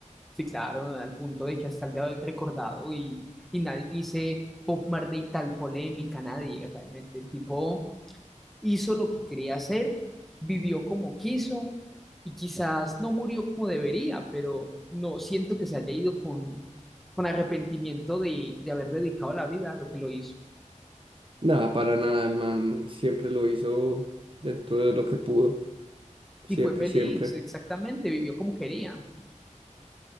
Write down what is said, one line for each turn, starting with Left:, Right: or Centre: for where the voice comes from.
Centre: Sí, claro, al punto de que hasta el día de hoy es recordado y, y nadie dice Bob Marley tal polémica, nadie realmente. El tipo hizo lo que quería hacer, vivió como quiso y quizás no murió como debería, pero no siento que se haya ido con, con arrepentimiento de, de haber dedicado la vida a lo que lo hizo.
Right: Nada, para nada, el man siempre lo hizo dentro de lo que pudo, siempre,
Centre: Y fue feliz,
Right: siempre.
Centre: exactamente, vivió como quería.